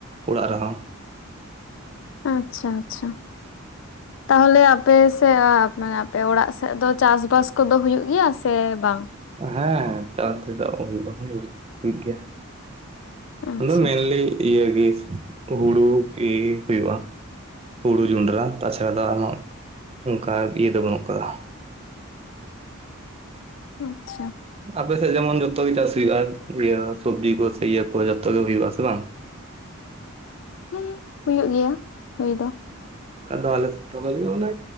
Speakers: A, on the right (about 30°); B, on the left (about 60°).
A: ᱚᱲᱟᱜ ᱨᱮᱦᱚᱸ ᱾
B: ᱟᱪᱪᱷᱟ ᱟᱪᱪᱷᱟ ᱛᱟᱦᱚᱞᱮ ᱟᱯᱮᱥᱮ ᱥᱮ ᱦᱟ ᱢᱟᱱᱮ ᱟᱯᱮ ᱚᱲᱟᱜ ᱥᱮᱫ ᱫᱚ ᱪᱟᱥ ᱵᱟᱥ ᱠᱚᱫᱚ ᱦᱩᱭᱩᱜ ᱜᱮᱭᱟ ᱥᱮ ᱵᱟᱝ?
A: ᱦᱮᱸ ᱪᱟᱞ ᱪᱮᱫᱟᱜ ᱦᱩᱭᱩᱜ ᱦᱩᱭᱩᱜᱼᱜᱮᱭᱟ ᱾
B: ᱟᱪᱪᱷᱟ
A: ᱟᱫᱚ ᱢᱮᱱᱞᱤ ᱤᱭᱟᱹ ᱜᱮ ᱦᱩᱲᱩ ᱤᱨ ᱦᱩᱭᱩᱜᱼᱟ ᱾ ᱦᱩᱲᱩ, ᱡᱚᱱᱰᱨᱟ ᱛᱟᱪᱷᱟᱲᱟ ᱫᱚ ᱟᱨᱦᱚᱸ ᱚᱱᱠᱟ ᱤᱭᱟᱹ ᱫᱚ ᱵᱟᱹᱱᱩᱜ ᱟᱠᱟᱫᱟ ᱾
B: ᱟᱪᱪᱷᱟ ᱾
A: ᱟᱯᱮᱥᱮᱜ ᱡᱮᱢᱚᱱ ᱡᱚᱛᱚ ᱜᱮ ᱪᱟᱥ ᱦᱩᱭᱩᱜᱼᱟ ᱤᱭᱟᱹ ᱥᱚᱵᱽᱡᱤ ᱠᱚ ᱥᱮ ᱤᱭᱟᱹ ᱠᱚ ᱡᱚᱛᱚ ᱜᱮ ᱦᱩᱭᱩᱜᱼᱟ‌ ᱦᱮᱸ ᱥᱮ ᱵᱟᱝ ᱾
B: ᱦᱩᱸ ᱦᱩᱭᱩᱜ ᱜᱮᱭᱟ ᱦᱩᱭ ᱫᱚ ᱾
A: ᱟᱫᱚ ᱟᱞᱮ ᱥᱮᱫᱫᱚ ᱵᱦᱟᱜᱤᱜᱮ ᱚᱱᱟ